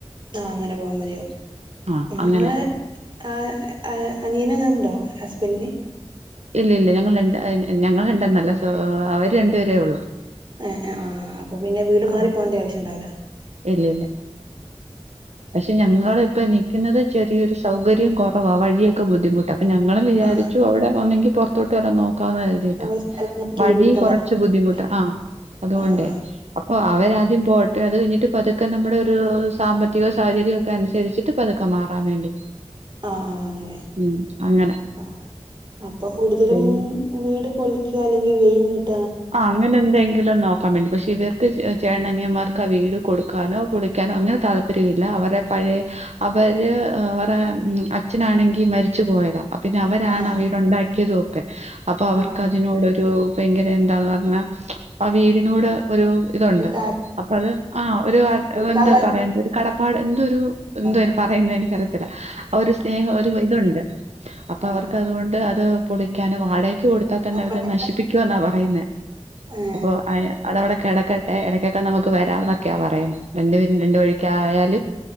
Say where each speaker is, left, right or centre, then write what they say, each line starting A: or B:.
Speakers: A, on the right; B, on the right.
A: ആഹ് അങ്ങനെ പോവാ മതിയാവും
B: ആഹ്
A: ഉം
B: അങ്ങനെ
A: ഇങ്ങളെ ആഹ് ആഹ് അനിയനങ്ങനെ ണ്ടോ ഹസ്ബന്റിന്
B: ഇല്ലല്ല ഞങ്ങള് രണ്ട് അ ഞങ്ങൾ രണ്ടന്നല്ല സോ അവര് രണ്ടുപേരേയൊള്ളൂ
A: ഏഹ് ആഹ് ആഹ് അപ്പോ പിന്നെ വീട് മാറി
B: ആഹ്
A: പോണ്ട്യ ആവശ്യണ്ടാവുല
B: ഇല്ലില്ല പക്ഷെ ഞങ്ങളിപ്പോ നിക്കുന്നത് ചെറിയൊരു സൗകര്യം കൊറവാ വഴിയൊക്കെ ബുദ്ധിമുട്ടാ പ്പ ഞങ്ങളും വിചാരിച്ചു
A: ആഹ്
B: അവിടെ ഒന്നെങ്കി പുറത്തോട്ട് വരാ നോ ക്കാന്ന് കരുതിട്ടാ
A: ആഹ് സ്ഥലം നോക്കി
B: വഴി
A: വീടെടുക്കാൻ
B: കൊറച്ച്
A: താല്പര്യല്ലേ
B: ബുദ്ധിമുട്ടാ ആഹ് അതുകൊണ്ടേ
A: ആഹ്
B: അപ്പോ അവരാദ്യം പോ അത് കഴിഞ്ഞിട്ട് പതുക്കെ നമ്മുടൊരു സാമ്പത്തികവും സൗഹര്യൊക്കെ അനുസരിച്ചിട്ട് പതുക്കെ മാറാൻ വേണ്ടി
A: ആഹ് ആഹ് അങ്ങനെ
B: ഉം അങ്ങനെ
A: ആഹ് അപ്പൊ കൂടുതലും
B: പിന്നെ
A: വീട് പൊളിക്ക അല്ലെങ്കി വെ <unintelligible>
B: ആഹ് അങ്ങനെന്തെങ്കിലും നോക്കാ വേണ്ടി പക്ഷെ ഇവർക്ക് ചേ ചേട്ടനനിയന്മാർക്ക് ആ വീട് കൊടുക്കാനോ പൊളിക്കാനോ അങ്ങനെ താല്പര്യവില്ല അവരാ പഴേ അവര് അവരെ അച്ഛനാണെങ്കി മരിച്ച് പോയതാ ആഹ് പിന്നെ അവരാണ്
A: ആഹ്
B: ആ വീടുണ്ടാക്കിയതുവൊക്കെ അപ്പൊ അവർക്കതിനോടൊരു
A: ആഹ്
B: ഭയങ്ക ര എന്താന്ന് പറഞ്ഞാ ആ വീടിനോട് ഒരു ഇതുണ്ട്
A: ഒരു താ
B: അപ്പൊ അത് ആഹ് ഒരു ആഹ്
A: പൊളിക്കാനുള്ള
B: എന്താ പറയണ്ടേ ഒരു കടപ്പാട് എന്തോ ഒരു എന്തോ
A: ആഹ്
B: അയിന് പറയുന്നേ എനിക്കറിയത്തില്ല ആ ഒരു സ്നേഹ ഒരു ഇതുണ്ട് അപ്പൊ
A: ഏഹ്
B: അവർക്കതുകൊണ്ട് അത് പൊളിക്കാനോ വാടകക്ക് കൊടുത്താ തന്നെ
A: അവിടെ
B: അവര് നശിപ്പിക്കുവന്നാ പറയുന്നേ
A: ഏ,
B: അപ്പോ അയിന് അതവടെ കെടക്കട്ടെ ഇടക്കൊക്കെ നമുക്ക് വരാന്നൊക്കെയാ പറയുന്നെ രണ്ട് പേരും രണ്ട് വഴിക്കായാലും